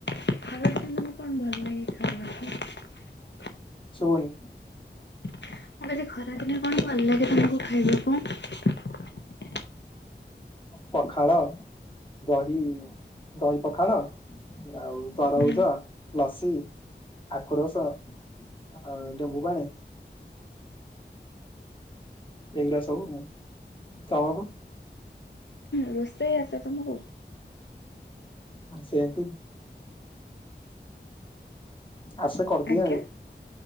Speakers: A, on the left; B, on the left.
A: ଖ କଣ ଭଲ ଲାଗେ ଖାଇବାକୁ
B: ଶଭନି
A: ମୁଁ କହିଲି ଖରା କିିନେ କଣ ଭଲ ଲାଗେ ତମକୁ ଖାଇବାକୁ
B: ପଖାଳ ଦହି ଦହି ପଖାଳ ଆଉ ତରଉଜ
A: ହୁଁ
B: ଲସି ଆଖୁ ରସ ଆଉ ଲେମ୍ବୁ ପାଣି ଏଗ୍ରା ସବୁ କାମକୁ
A: ରୋେଇ ଆଛ ତମକୁ
B: ଆ ସେନ୍ତୁ ଆସ କରିଦି
A: ଆଜ୍ଞା।